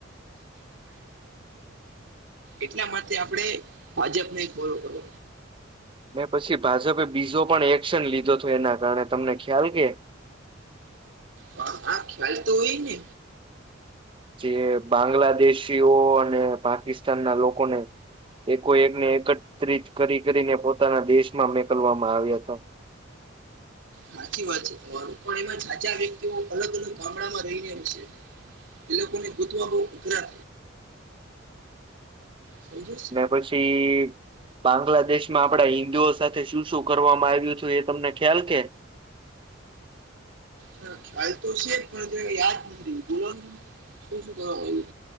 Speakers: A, on the right; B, on the right.
A: એટલા માટે આપડણે ભાજપ ને એક ફોલો કરો
B: મે પછી ભાજપે બીજો પણ એક્શન લીધો તો એના કારણે તમને ખ્યાલ કે
A: હા હા ખ્યાલ તો હોય ને
B: જે બાંગ્લાદેશીઓ અને પાકિસ્તાન ના લોકોને એકો એકને એકત્રત્રિત કરી કરીને પોતાના દેશમાં મોકલવામાં આવ્યા હતા
A: સાચી વાત છે તમારું પણ એમાં ઝાઝા વ્યક્તિઓ અલગ અલગ ગામડામાં રહીને <unintelligible> તે લોકોને ગૂતવા બહુ ઉઘરા થાય છે સમજ <inaudible> <unintelligible>
B: કે પછી બાંગ્લાદેશ માં આપડા હિન્દુઓ સાથે શું શું કરવામાં આવ્યું હતું એ તમને ખ્યાલ કે
A: ના ખ્યાલ તો છે પણ કઈ યાદ નથી <inaudible> બોલો નેને શું શું કરવામ આયુ